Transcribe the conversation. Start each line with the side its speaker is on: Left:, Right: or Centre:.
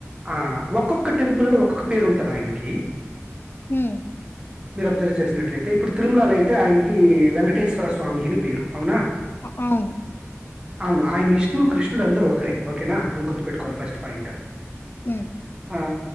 Right: ఆ ఒక్కొక్క టెంపులో ఒక్కొక్క పేరు ఉంటది ఆయనకి
Left: ఉమ్
Right: మీరు అబ్జర్వ్ చేసినట్లయితే ఇప్పుడు తిరుమలాలో అయితే ఆయనకి వెంకటేశ్వర స్వామి అని పేరు అవునా
Left: అ అవును
Right: అవును ఆయన విష్ణు కృష్ణుడు అందరు ఒకరే ఒకేనా అది గుర్తు పెట్టు కోవాలి ఫస్ట్ పాయింట్ ఆ
Left: ఉమ్
Right: ఆ